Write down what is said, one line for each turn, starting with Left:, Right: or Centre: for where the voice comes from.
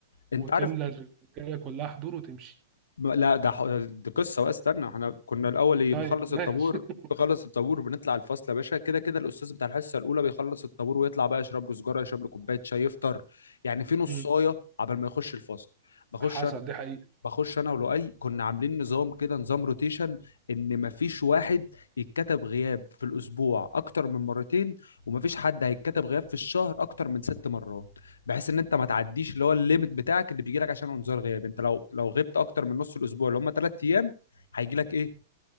Left: انت
Right: وتملى
Left: عارف
Right: الرجاله كلها حضور وتمشي
Left: ما- لا ده ح- دي قصه بقى استنى احنا كنا الاول ايه
Right: طيب
Left: بنخلص
Right: ماشي
Left: الطابور
Right: <laughs>
Left: بنخلص الطابور بنطلع الفصل يا باشا كده كده الاستاذ بتاع الحصه الاولى بيخلص الطابور ويطلع بقى يشرب له سجاره يشرب له كوبايه شاي يفطر يعني في نصايه
Right: مم.
Left: عبال ما يخش الفصل بخش
Right: حصل دي حقيقه
Left: بخش انا ولؤي كنا عاملين نظام كده نظام روتيشن ان مفيش واحد يتكتب غياب في الاسبوع اكتر من مرتين ومفيش حد هيتكتب غياب في الشهر اكتر من ست مرات بحيث ان انت ما تعديش اللي هو الليميت بتاعك اللي بيجي لك عشان انذار غياب انت لو لو غبت اكتر من نص الاسبوع اللي هم ثلاث ايام هيجي لك ايه